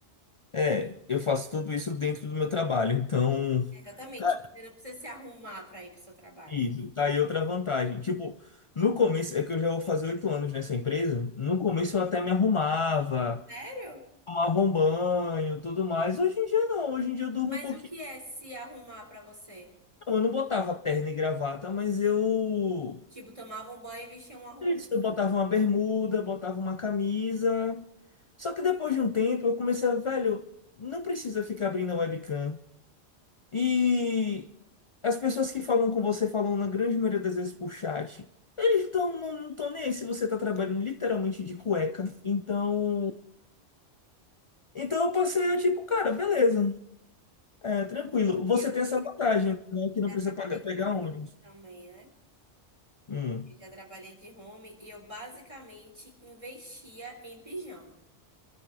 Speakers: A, on the left (about 45°); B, on the right (about 25°).
A: É, eu faço tudo isso dentro do meu trabalho. Então,
B: Exatamente,
A: tá
B: você não precisa se arrumar para ir para o seu trabalho.
A: isso, tá aí outra vantagem. Tipo, no começo, é que eu já vou fazer oito anos nessa empresa. No começo eu até me arrumava.
B: Sério?
A: tomava um banho, tudo mais. Hoje em dia não, hoje em dia eu durmo
B: Mas
A: um pouquinho.
B: o que é se arrumar para você?
A: Não, Eu não botava terno e gravata, mas eu
B: Tipo, tomava um banho e vestia uma roupa.
A: é isso, eu botava uma bermuda, botava uma camisa. Só que depois de um tempo eu comecei a, velho, não precisa ficar abrindo a webcam. E as pessoas que falam com você falam na grande maioria das vezes por chat. Eles tão, não estão nem aí se você tá trabalhando literalmente de cueca. Então, então eu passei a tipo, cara, beleza. É, tranquilo. Você
B: Eu
A: tem essa vantagem, né? Que não
B: já
A: precisa
B: trabalhei
A: pagar, pegar
B: de home
A: ônibus.
B: também, né?
A: Hum.
B: Eu já trabalhei de home e eu basicamente investia em pijama.